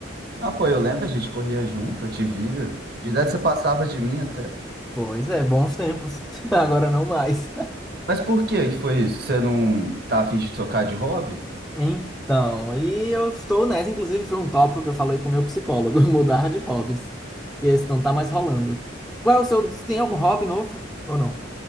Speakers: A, on the right; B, in the centre.
A: Ah, pô, eu lembro, a gente corria junto, eu te via. De idade você passava de mim até.
B: Pois é, bons tempos. <laughs> Agora não mais.
A: Mas por que que foi isso? Você não tá afim de trocar de hobby?
B: Então, e eu estou nessa, inclusive foi um tópico que eu falei com o meu psicólogo, <laughs> mudar de hobbies, porque esse não tá mais rolando. Qual é o seu, tem algum hobby novo ou não?